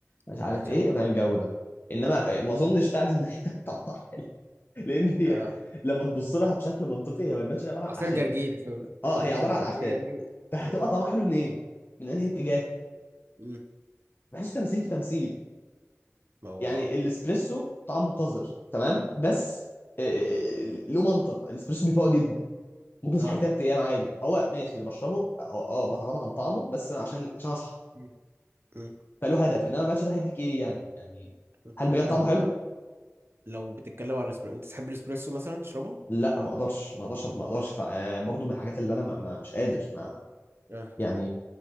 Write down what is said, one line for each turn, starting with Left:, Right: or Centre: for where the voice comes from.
Left: مش
Right: ما
Left: عارف
Right: عادش
Left: ايه
Right: عارف.
Left: فاهم الجو ده انما
Right: مم.
Left: ما اظنش فعلا ان هي <laughs> طبعا <laughs> لان هي
Right: اه
Left: لما تبص لها بشكل منطقي هو الماتش عباره عن
Right: عصير
Left: اعشاب
Right: جرجير فاهم؟
Left: اه
Right: آه،
Left: هي عباره
Right: عصير جرجير
Left: عن اعشاب فهتبقى
Right: م-
Left: طعمها حلو منين؟ من انهي اتجاه؟
Right: م.
Left: بحسه تمثيل في تمثيل
Right: ما هو
Left: يعني
Right: اه
Left: الاسبريسو طعمه قذر تمام بس آه، آه، له منطق الاسبريسو بيفوق جدا ممكن اصحى
Right: اه
Left: ثلاث ايام عادي هو ماشي اللي بشربه اه آه، بتغاضى عن طعمه بس أنا عشان عشان اصحى
Right: م- م-
Left: فله هدف انما الماتش ده هيديك ايه يعني يعني
Right: م.
Left: هل بجد
Right: طب
Left: طعمه حلو؟
Right: لو بتتكلم على الاسبريسو انت تحب الاسبريسو مثلا تشربه؟
Left: لا ما اقدرش ما اقدرش ما اقدرش ف- آه، برضو من الحاجات اللي انا ما ما- مش قادر ما
Right: اه
Left: يعني